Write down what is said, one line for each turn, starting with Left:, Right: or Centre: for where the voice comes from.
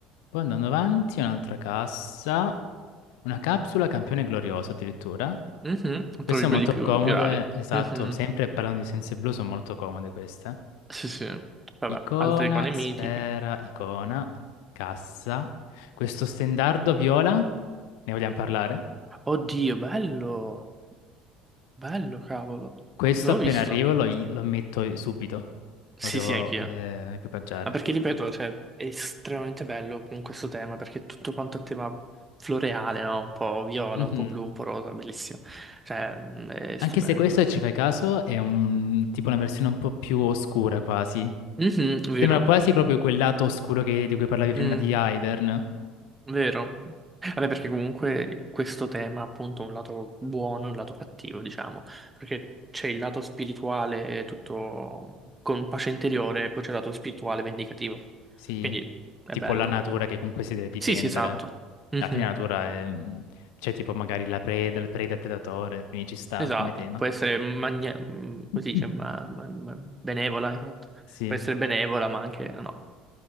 Left: Poi andando avanti, un'altra cassa. Una capsula campione glorioso addirittura.
Right: Mhm,
Left: Queste
Right: Trovi
Left: sono
Right: quelli
Left: molto
Right: più,
Left: comode,
Right: più rari.
Left: esatto,
Right: Mhm,
Left: sempre parlando di Senza Blu sono molto comode queste.
Right: Sì sì. Vabbè,
Left: Icona,
Right: altre icone
Left: sfera,
Right: mitiche.
Left: icona, cassa. Questo stendardo viola, ne vogliamo parlare?
Right: Oddio, bello, bello, cavolo.
Left: Questo
Right: Non
Left: appena
Right: l'ho visto.
Left: arrivo lo, lo metto subito,
Right: Sì,
Left: lo devo
Right: sì, anch'io.
Left: eh, equipaggiare.
Right: Ma perché, ripeto, cioè, è estremamente bello con questo tema, perché è tutto quanto a tema floreale, no? Un po' viola,
Left: Mhm.
Right: un po' blu, un po' rosa, bellissimo. Cioè, mm, è stupendo.
Left: Anche se questo, se ci fai caso, è un, tipo una versione un po' più oscura quasi,
Right: Mhm, vero.
Left: Sembra quasi proprio quel lato oscuro che- di cui parlavi prima
Right: Mm.
Left: di Ivern.
Right: Vero? Vabbè, perché comunque questo tema ha appunto un lato buono e un lato cattivo, diciamo, perché c'è il lato spirituale tutto con pace interiore e poi c'è il lato spirituale vendicativo.
Left: Sì,
Right: Quindi è
Left: tipo
Right: bello
Left: la natura
Right: comunque.
Left: che comunque si deve difendere.
Right: Sì, sì, esatto. Mhm,
Left: Alla fine la natura è... mm, c'è tipo magari la preda, il preda e il predatore, quindi ci sta
Right: Esatto.
Left: come tema.
Right: Può essere magne- mm, come si dice,
Left: Mm.
Right: ma- ma- ma- benevola, esatto.
Left: Sì.
Right: Può essere benevola, ma anche no.